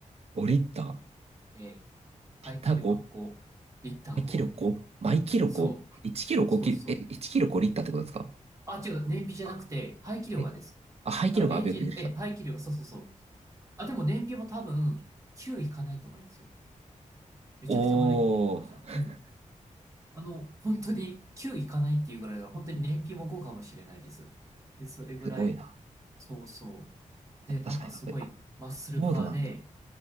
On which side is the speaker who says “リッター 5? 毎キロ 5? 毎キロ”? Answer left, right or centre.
Right